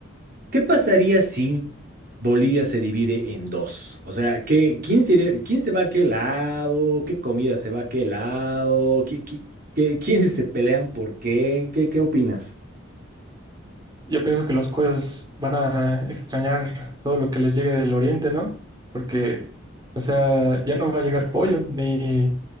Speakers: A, on the right; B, on the right.
A: ¿qué pasaría si Bolivia se divide en dos? O sea, ¿qué, quién se, iría- quién se va a qué lado? ¿Qué comida se va a qué lado? ¿Qui- qui- qué- quiénes se pelean por qué? ¿Qué, qué opinas?
B: Yo pienso que los coreanos van a extrañar todo lo que les llegue del oriente, ¿no? Porque, o sea, ya no va a llegar pollo ni